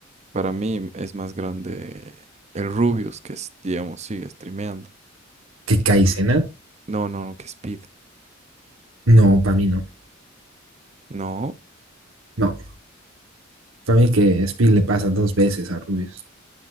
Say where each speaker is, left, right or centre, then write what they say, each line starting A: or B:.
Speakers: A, on the right; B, on the right.
A: Para mí es más grande el Rubius, que es, digamos, sigue streameando.
B: ¿Que Kaizena?
A: No, no, no, que Speed.
B: No, para mí no.
A: No,
B: No, para mí que Speed le pasa dos veces a Rubius.